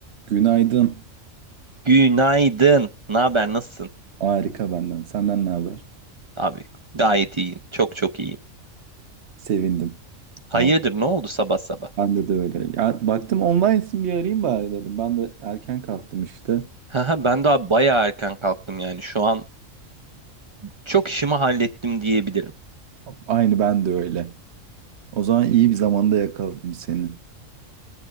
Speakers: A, on the right (about 60°); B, on the right (about 40°).
A: Günaydın.
B: Günaydın. Ne haber? Nasılsın?
A: Harika benden. Senden ne haber?
B: Abi gayet iyiyim. Çok çok iyiyim.
A: Sevindim.
B: Hayırdır
A: Al.
B: ne oldu sabah sabah?
A: Ben de de öyle. Ya, baktım online'sın bir arayayım bari dedim. Ben de erken kalktım işte.
B: Haha, ben daha bayağı erken kalktım yani. Şu an çok işimi hallettim diyebilirim.
A: Aynı ben de öyle. O zaman iyi bir zamanda yakaladım seni.